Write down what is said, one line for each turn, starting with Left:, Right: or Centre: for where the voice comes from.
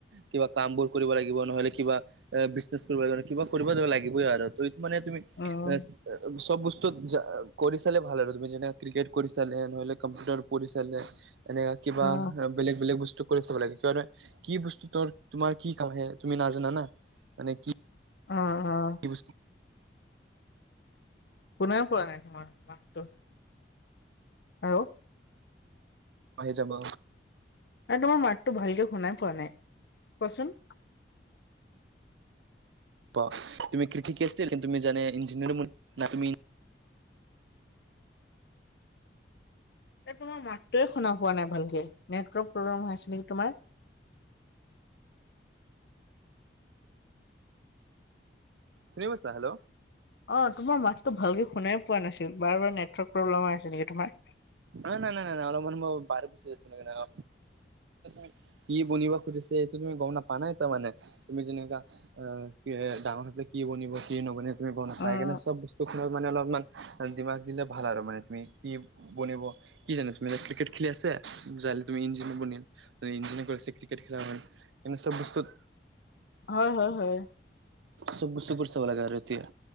Right: কিবা কামবোৰ কৰিব লাগিব নহ'লে কিবা', বিজনেছ কৰিব কাৰণে, কিবা কৰিব লাগিবই আৰু ত এইটো মানে তুমি
Left: উম
Right: প্লাছ', চব বস্তু কৰি জা, কৰি চালে ভাল আৰু তুমি যেনে ক্ৰিকেট কৰি চালে নহ'লে কম্পিউটাৰ কৰি চালে', এনে কিবা
Left: অ
Right: কাম', বেলেগ বেলেগ বস্তু কৰি চাব লাগে কিয় নয় কি বস্তু ত তোমাৰ কি কাম আহে তুমি নাজানা না', মানে কি?
Left: অ', অ',
Right: হৈ
Left: শুনা পোৱা নাই তোমাৰ মাতটো', হেল্ল',
Right: আহি যাবা',
Left: এ তোমাৰ মাতটো ভালকে শুনাই পোৱা নাই, কচোন।
Right: <unintelligible>
Left: এ তোমাৰ মাতটোৱে শুনা পোৱা নাই ভালকে। নেটৱৰ্ক প্ৰব্লেম হৈ আছে নেকি তোমাৰ।
Right: শুনি পাইছা? হেল্ল!
Left: অ তোমাৰ মাতটো ভালকে শুনাই পোৱা নাছিল, বাৰ বাৰ নেটৱৰ্ক প্ৰব্লেম হৈ আছে নেকি তোমাৰ।
Right: নাই, নাই, নাই, নাই, অলপ মান মই বহিৰত গুচি আহিছিলোঁ এনেকা <unintelligible> কি বনিবা সুধিছে <unintelligible> তুমি গম নাপ নাই তাৰমানে। তুমি যেনেকা অ কি ডাঙৰ বনিব কি নবনিব তুমি গম নাপায়,
Left: উম
Right: সেইকাৰণে চব বস্তুখন মানে অলপমান দিমাগ দিলে ভাল আৰু মানে তুমি কি বনিব কি জানে তুমি এতিয়া ক্ৰিকেট খেলি আছে যাইলে তুমি ইঞ্জিনিয়াৰ বনিল ইঞ্জিনিয়াৰ কৰিছে ক্ৰিকেট খেলা হয়, মানে চব বস্তুত
Left: হয়, হয়, হয়।
Right: চব বস্তুবোৰ চব লগাই আৰু‌ এতিয়া।